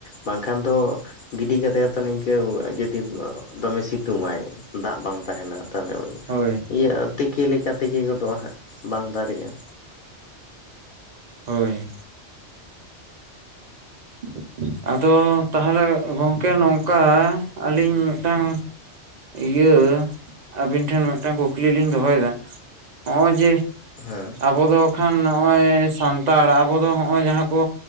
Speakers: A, on the left; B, on the right.
A: ᱵᱟᱝᱠᱷᱟᱱ ᱫᱚ- ᱜᱤᱰᱤ ᱠᱟᱛᱮ ᱦᱚᱸ ᱛᱚ ᱱᱤᱝᱠᱟᱹ ᱡᱚᱫᱤ ᱫᱚᱢᱮ ᱥᱤᱛᱩᱝ ᱟᱭ ᱫᱟᱜ ᱵᱟᱝ ᱛᱟᱦᱮᱱᱟ ᱛᱟᱦᱚᱞᱮ᱾
B: ᱦᱳᱭ
A: ᱤᱭᱟᱹ ᱛᱤᱠᱤ ᱞᱮᱠᱟ ᱛᱤᱠᱤ ᱜᱚᱫᱚᱜᱼᱟ ᱦᱟᱸᱜ ᱵᱟᱝ ᱫᱟᱨᱮᱜᱼᱟ᱾
B: ᱦᱳᱭ᱾ <inaudible> ᱟᱫᱚ ᱛᱟᱦᱚᱞᱮ ᱜᱚᱝᱠᱮ ᱱᱚᱝᱠᱟ ᱟᱹᱞᱤᱧ ᱢᱤᱫᱴᱟᱝᱼᱼ ᱤᱭᱟᱹ ᱟᱹᱵᱤᱱ ᱴᱷᱮᱱ ᱢᱤᱫᱴᱟᱝ ᱠᱩᱠᱞᱤ ᱞᱤᱧ ᱫᱚᱦᱚᱭᱮᱫᱟ ᱱᱚᱜᱼᱚᱭ ᱡᱮ
A: ᱦᱮᱸ
B: ᱟᱵᱚ ᱫᱚ ᱠᱷᱟᱱ ᱱᱚᱜᱼᱚᱭ ᱥᱟᱱᱛᱟᱲ ᱟᱵᱚ ᱫᱚ ᱦᱚᱜᱼᱚᱭ ᱡᱟᱦᱟᱸ ᱠᱚ